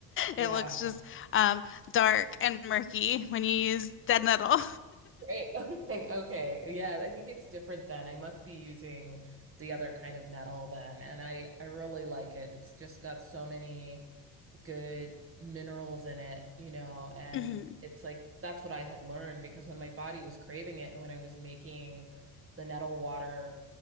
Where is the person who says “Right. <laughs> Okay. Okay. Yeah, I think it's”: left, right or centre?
Right